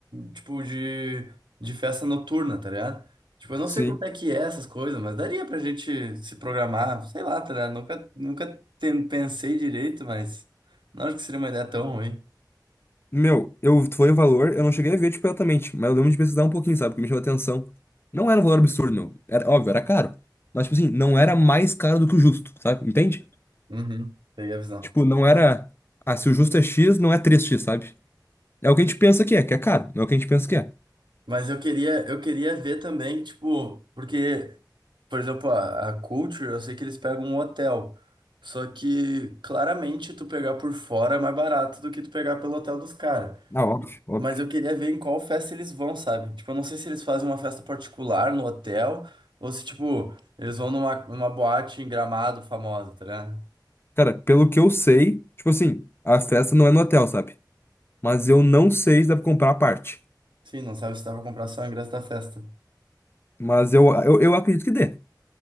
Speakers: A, on the right; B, on the left.
A: tipo, de, de festa noturna, tá ligado? Tipo, eu não
B: sim.
A: sei quanto é que é essas coisas, mas daria pra gente se programar, sei lá, tá ligado? Nunca, nunca ten- pensei direito, mas não acho que seria uma ideia tão ruim.
B: Meu, eu foi o valor, eu não cheguei a ver, tipo, exatamente, mas eu lembro de pesquisar um pouquinho, sabe? Porque me chamou a atenção. Não era um valor absurdo, meu. Era, óbvio, era caro. Mas, tipo assim, não era mais caro do que o justo, sabe? Entende?
A: Uhum, peguei a visão.
B: Tipo, não era. Ah, se o justo é X, não é três x sabe? É o que a gente pensa que é, que é caro. Não é o que a gente pensa que é.
A: Mas eu queria, eu queria ver também, tipo, porque Por exemplo, a, a Culture, eu sei que eles pegam um hotel. Só que claramente tu pegar por fora é mais barato do que tu pegar pelo hotel dos caras.
B: Ah, óbvio, óbvio.
A: Mas eu queria ver em qual festa eles vão, sabe? Tipo, eu não sei se eles fazem uma festa particular no hotel ou se, tipo, eles vão numa, numa boate em Gramado famosa, tá ligado?
B: Cara, pelo que eu sei, tipo assim, a festa não é no hotel, sabe? Mas eu não sei se dá pra comprar a parte.
A: Sim, não sabe se dá pra comprar só o ingresso da festa.
B: Mas eu, eu, eu acredito que dê.